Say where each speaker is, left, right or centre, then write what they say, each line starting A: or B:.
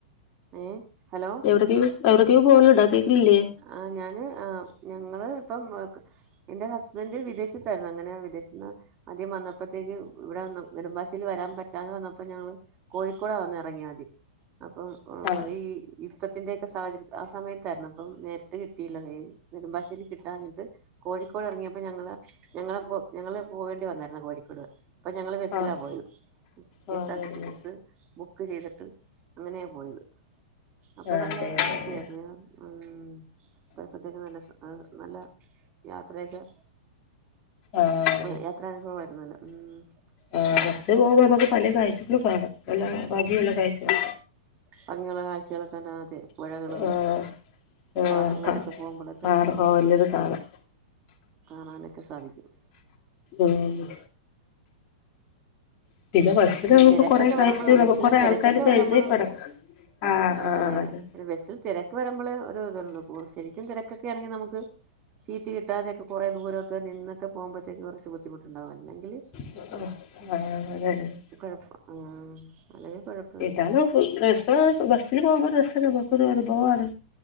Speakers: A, on the right; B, on the left.
A: എഹ് ഹലോ
B: എവിടൊക്കെലും എവിടെക്കേലും പോവല്ണ്ടോ കേക്ക്‌ണ്ല്യാ?
A: ആഹ് ഞാന് ആ ഞങ്ങള് ഇപ്പം എന്റെ ഹസ്ബൻഡറ് വിദേശത്തായിരുന്നു അങ്ങനെ വിദേശ ന്ന് ആദ്യം വന്നപ്പോത്തേക്ക് ഇവിടെ നെടുമ്പാശേരി വരാൻ പറ്റാതെ വന്നപ്പോ ഞങ്ങള് കോഴിക്കോടാവന്ന് ഇറങ്ങിയാ ആദ്യം അപ്പംഓ
B: ആഹ്
A: ഈ യുദ്ധത്തിന്റൊക്കെ സാഹചര്യ ആ സമയത്തായിരുന്നു അപ്പം നേരട്ട് കിട്ടിയില്ല നെടുമ്പാശ്ശേരി കിട്ടാഞ്ഞിട്ട് കോഴിക്കോട് ഇറങ്ങിയപ്പോ ഞങ്ങള് ഞങ്ങള് പോ ഞങ്ങള് പോകേണ്ടി വന്നായിരുന്നു കോഴിക്കോട്. അപ്പം ഞങ്ങള് ബസ്സിലാ
B: ആഹ്
A: പോയത് കെ
B: ആഹ്
A: എസ് ആർ
B: ആഹ്
A: ടി സി ബസ്സ് ബുക്ക് ചെയ്തിട്ട് അങ്ങനെയ പോയത് അപ്പൊ
B: ആഹ്
A: നല്ല
B: അതെ അതെ അതെ
A: ഇത് <unintelligible> യാത്രയൊക്കെ
B: ആഹ്
A: ആ യാത്ര അനുഭവംമായിരുന്നത് ഉം
B: ആ
A: അതെ
B: ബസിൽ പോകുമ്പോ നമുക്ക് പല കാഴ്ചകളും കാണാം നല്ല ഭംഗിയുള്ള കാഴ്ചകൾ.
A: ഭംഗിയുള്ള കാഴ്ചകളൊക്കെ ഉണ്ടാ അതെ. പുഴകളും
B: ആഹ് ആഹ്
A: പാടം അങ്ങോട്ടൊക്കെ
B: കാ
A: പോകുപോളൊക്കെ
B: കാണാം
A: ഉം
B: ഓല്ലത് കാണാം
A: കാണാനൊക്കെ സാധിക്കും.
B: ആഹ് <unintelligible>
A: തിരക്കൊക്കെ
B: കൊറേ കാഴ്ചകള്
A: വരുമ്പോള ബസ്സില
B: കൊറേ
A: തിരക്കൊക്കെ
B: ആൾക്കാര് പരിചയപ്പെടാം
A: വരുമ്പോൾ
B: ആഹ്
A: ആ
B: ആഹ്
A: അതെതെ
B: അതെ
A: അ ബസിൽ തിരക്ക് വരുമ്പോൾ ഒരു ഇതുള്ളൂ ഇ ശരിക്കും തിരക്കൊക്കെ ആണെങ്കിൽ നമുക്ക് സീറ്റ് കിട്ടാതെയൊക്കെ കൊറേ ദൂരമൊക്കെ നിന്നക്കെ പോകുമ്പഴത്തേക്ക് കുറച്ച് ബുദ്ധിമുട്ടുണ്ടാവും അല്ലെങ്കിൽ
B: <inaudible>
A: കുഴപ്പം ആ അല്ലെങ്കി കുഴപ്പ
B: ഏതാലും രസം ബസ്സില് പോകുമ്പോ രസം നമുക്കൊരു അനുഭവമാണ്.